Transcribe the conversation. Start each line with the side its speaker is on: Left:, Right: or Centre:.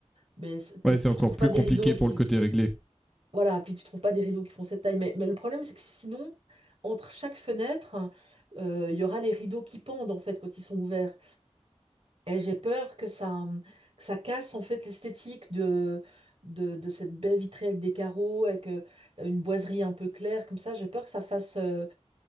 Right: mais c- puis
Centre: Ouais, c'est
Right: tu
Centre: encore
Right: trouves
Centre: plus
Right: pas des
Centre: compliqué
Right: rideaux qui
Centre: pour le côté réglé.
Right: voilà, puis tu trouves pas des rideaux qui font cette taille. Mais, mais le problème, c'est que sinon, entre chaque fenêtre, euh, il y aura les rideaux qui pendent en fait quand ils sont ouverts. Et j'ai peur que ça, que ça casse en fait l'esthétique de, de, de cette baie vitrée avec des carreaux, avec euh, une boiserie un peu claire comme ça. J'ai peur que ça fasse euh,